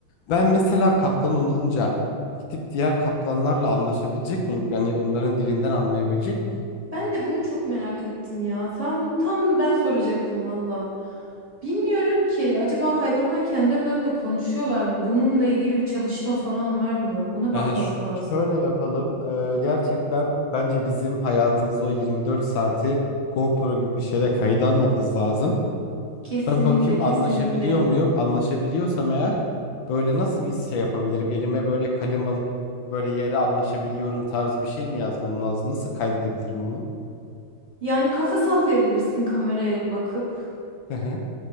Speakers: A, on the left (about 75°); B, on the right (about 20°).
A: Ben mesela kaplan olunca gidip diğer kaplanlarla anlaşabilecek miyim? Yani onların dilinden anlayabilecek miyim?
B: Ben de bunu çok merak ettim ya. Tam tam ben soracaktım valla. Bilmiyorum ki acaba hayvanlar kendi aralarında konuşuyorlar mı? Bununla ilgili bir çalışma falan var mı? Ona
A: E,
B: bakmak
A: ş-
B: lazım.
A: şöyle yapalım. E, gerçekten bence bizim hayatımızı o 24 saati GoPro gibi bir şeyle kayıt almamız lazım.
B: Kesinlikle,
A: Ben bakayım
B: kesinlikle.
A: anlaşabiliyor muyum? Anlaşabiliyorsam eğer böyle nasıl bir şey yapabilirim? Elime böyle kalem alıp böyle yere anlaşabiliyorum tarzı bir şey mi yazmam lazım? Nasıl kaydedebilirim onu?
B: Yani kafa sallayabilirsin kameraya bakıp.
A: Hı hı.